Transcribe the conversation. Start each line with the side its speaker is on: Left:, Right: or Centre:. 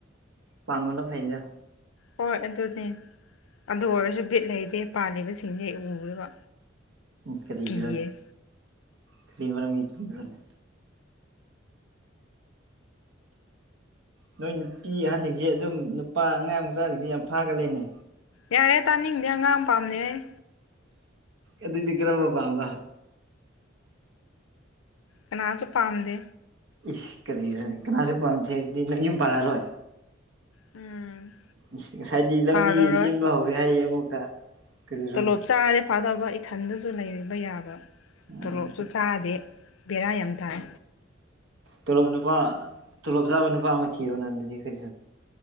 Right: ꯄꯥꯟꯕꯅ ꯐꯩꯗ
Left: ꯍꯣꯏ ꯑꯗꯨꯅꯦ ꯑꯗꯨ ꯑꯣꯏꯔꯁꯨ ꯕꯤꯠ ꯂꯩꯇꯦ ꯄꯥꯜꯂꯤꯕꯁꯤꯡꯁꯦ ꯎꯔꯒ
Right: ꯀꯔꯤꯒꯤꯔꯅꯦ
Left: ꯀꯤꯌꯦ
Right: ꯀꯔꯤ ꯃꯔꯝꯒꯤ ꯀꯤꯕ꯭ꯔꯥꯅꯦ ꯅꯣꯏ ꯅꯨꯄꯤ ꯑꯍꯟꯁꯤꯡꯁꯦ ꯑꯗꯨꯝ ꯅꯨꯄꯥ ꯑꯉꯥꯡ ꯃꯆꯥꯁꯤꯡꯁꯦ ꯌꯥꯝ ꯐꯥꯒꯜꯂꯦꯅꯦ
Left: ꯌꯥꯔꯦ ꯇꯥꯅꯤꯡꯗꯦ ꯑꯉꯥꯡ ꯄꯥꯝꯗꯦ ꯑꯩ
Right: ꯑꯗꯨꯗꯤ ꯀꯔꯝꯕ ꯄꯥꯝꯕ
Left: ꯀꯅꯥꯁꯨ ꯄꯥꯝꯗꯦ
Right: ꯏꯁ ꯀꯔꯤꯔꯅꯦ ꯀꯅꯥꯁꯨ ꯄꯥꯝꯗꯦ ꯍꯥꯔꯗꯤ ꯅꯪ ꯌꯨꯝ ꯄꯥꯜꯂꯔꯣꯏ
Left: ꯎꯝ
Right: ꯏꯁ ꯉꯁꯥꯏꯗꯤ ꯂꯝꯕꯤ
Left: ꯄꯥꯜꯂꯔꯣꯏ
Right: ꯁꯦꯝꯕ ꯍꯧꯔꯦ ꯍꯥꯏꯌꯦ ꯑꯃꯨꯛꯀ ꯀꯔꯤꯔꯣꯅꯦ
Left: ꯇꯣꯂꯣꯞ ꯆꯥꯔꯗꯤ ꯐꯥꯗꯕ ꯏꯊꯟꯗꯁꯨ ꯂꯩꯕ ꯌꯥꯕ
Right: ꯎꯝ
Left: ꯇꯣꯂꯣꯞꯁꯨ ꯆꯥꯗꯦ ꯕꯦꯔꯥ ꯌꯥꯝ ꯇꯥꯏ
Right: ꯇꯣꯂꯣꯞ ꯅꯨꯄꯥ ꯇꯣꯂꯣꯞ ꯆꯥꯕ ꯅꯨꯄꯥ ꯑꯃ ꯊꯤꯔꯣꯅ ꯑꯗꯨꯗꯤ ꯀꯔꯤ